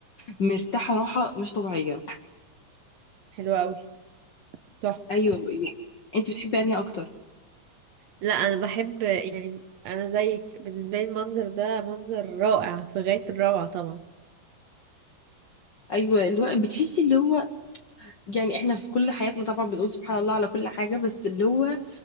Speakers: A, on the left; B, on the right.
A: مرتاحه راحه مش طبيعيه
B: حلوة قوي تحفة
A: ايوه يعني انت بتحبي انهي اكتر
B: لا انا بحب يعني انا زيك بالنسبة لي المنظر ده منظر رائع في غاية الروعة طبعا
A: ايوه اللي هو بتحسي اللي هو يعني احنا في كل حياتنا طبعا بنقول سبحان الله على كل حاجه بس اللي هو